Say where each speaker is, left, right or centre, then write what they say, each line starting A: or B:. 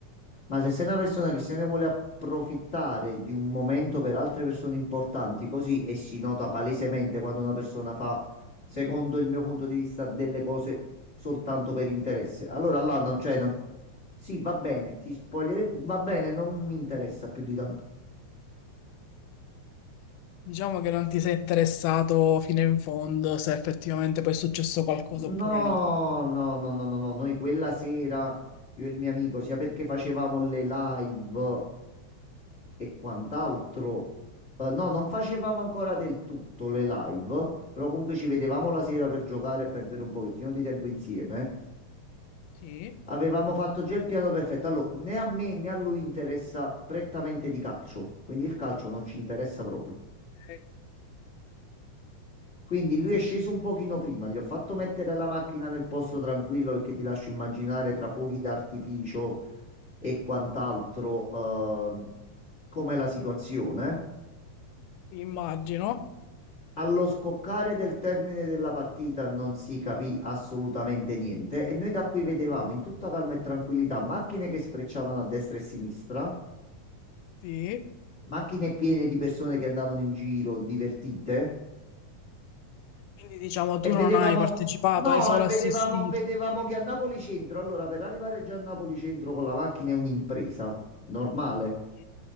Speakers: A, on the left (about 50°); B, on the left (about 85°).
A: Ma se sei una persona che se ne vuole approfittare di un momento per altre persone importanti, così e si nota palesemente quando una persona fa, secondo il mio punto di vista, delle cose soltanto per interesse, allora là non c'è. non- Sì, va bene, ti spoglierei, va bene, non mi interessa più di tanto.
B: Diciamo che non ti sei interessato fino in fondo se effettivamente poi è successo qualcosa
A: No,
B: oppure no.
A: no, no, no, no, no, noi quella sera, io e il mio amico, sia perché facevamo le live e quant'altro, eh, no, non facevamo ancora del tutto le live, però comunque ci vedevamo la sera per giocare e perdere un pochettino di tempo insieme.
B: Sì,
A: Avevamo fatto già il piano perfetto. Allora, né a me né a lui interessa prettamente di calcio, quindi il calcio non ci interessa proprio.
B: eh,
A: Quindi lui è sceso un pochino prima, gli ho fatto mettere la macchina nel posto tranquillo perché ti lascio immaginare tra fuochi d'artificio e quant'altro ehm, com'è la situazione.
B: immagino,
A: Allo scoccare del termine della partita non si capì assolutamente niente e noi da qui vedevamo in tutta calma e tranquillità macchine che sfrecciavano a destra e a sinistra,
B: sì.
A: macchine piene di persone che andavano in giro divertite.
B: Quindi diciamo
A: e
B: tu
A: vedevamo,
B: non hai partecipato,
A: no,
B: hai solo
A: e vedevamo,
B: assistito.
A: vedevamo che a Napoli Centro, allora per arrivare già a Napoli Centro con la macchina è un'impresa, normale,
B: Quindi,